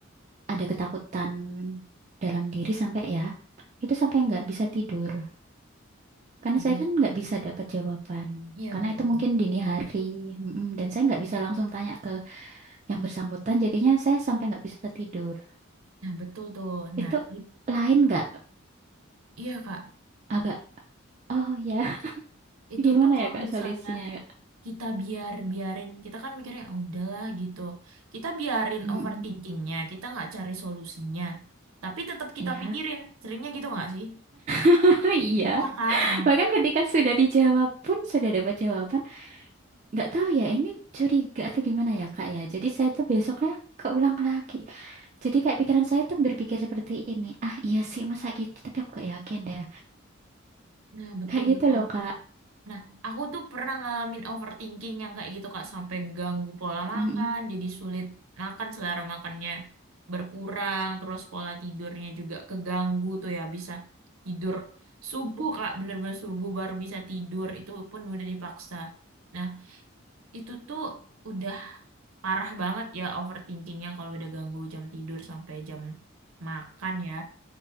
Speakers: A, on the right (about 35°); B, on the right (about 80°).
A: ada ketakutan dalam diri sampai ya, itu sampai nggak bisa tidur. Karena
B: Lebih.
A: saya kan nggak bisa dapat jawaban.
B: Iya
A: Karena
B: betul
A: itu
B: betul.
A: mungkin dini hari, Mm-mm. dan saya nggak bisa langsung tanya ke yang bersangkutan. Jadinya saya sampai nggak bisa tidur.
B: Nah betul tuh. Nah,
A: Itu
B: i-
A: lain nggak?
B: Iya Kak,
A: Agak, oh ya, <laughs>
B: itu
A: gimana
B: tuh kalau
A: ya Kak
B: misalnya
A: solusinya? Kak?
B: kita biar biarin kita kan mikirnya "Ah, udahlah gitu kita biarin
A: Mm-mm.
B: overthinkingnya kita nggak cari solusinya tapi tetap kita
A: Iya,
B: pikirin seringnya gitu nggak sih
A: <laughs> iya.
B: ya kan nah
A: Bahkan ketika sudah dijawab pun sudah dapat jawaban. nggak tahu ya ini curiga atau gimana ya kak ya jadi saya tuh besoknya keulang lagi jadi kayak pikiran saya tuh berpikir seperti ini ah iya sih masa gitu tapi aku gak yakin deh
B: nah betul
A: kayak gitu
B: betul
A: loh kak
B: nah aku tuh pernah ngalamin overthinking yang kayak gitu kak sampai ganggu pola makan
A: mm
B: jadi sulit makan selera makannya berkurang terus pola tidurnya juga keganggu tuh ya bisa tidur subuh kak bener-bener subuh baru bisa tidur itu pun udah dipaksa nah itu tuh udah parah banget ya overthinkingnya kalau udah ganggu jam tidur sampai jam makan ya.